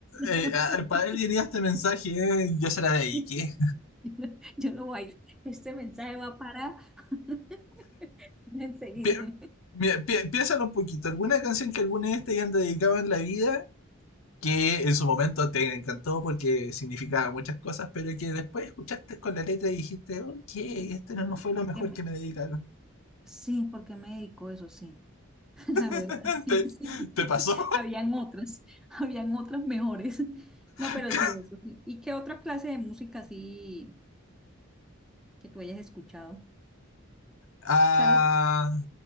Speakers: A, on the left; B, in the centre.
A: eh,
B: <laughs>
A: a- para él diría este mensaje, eh, yo se la dediqué.
B: Sí, yo lo bailo. Este mensaje va para <laughs> enseguida.
A: pi- mira, pi- piénsalo un poquito. ¿Alguna canción que alguna vez te hayan dedicado en la vida que en su momento te encantó porque significaba muchas cosas, pero que después escuchaste con la letra y dijiste, ok, este
B: Sí, No,
A: no, no fue lo mejor
B: que me-
A: que me dedicaron?
B: sí, porque me dedicó eso, sí. <laughs> La verdad,
A: <laughs>
B: sí,
A: ¿Te,
B: sí.
A: te
B: <laughs>
A: pasó?
B: Habían otras, habían otras mejores.
A: <laughs>
B: No, pero sí, eso sí. ¿Y qué otra clase de música así que tú hayas escuchado?
A: Ah,
B: ¿Sabes?